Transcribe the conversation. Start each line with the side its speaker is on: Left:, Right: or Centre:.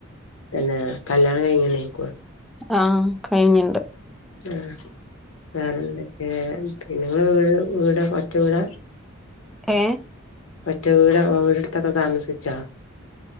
Left: പിന്നെ കല്യാണം കഴിഞ്ഞ് നിക്കുവ
Centre: ആഹാ കഴിഞ്ഞിണ്ട്
Left: ആ വേറെന്തൊക്കെ പിന്നെങ്ങ വീട് വീട ഒറ്റവീട
Centre: ഏ
Left: മറ്റേ വീട് വീടെടുത്തൊക്കെ താമസിച്ചാ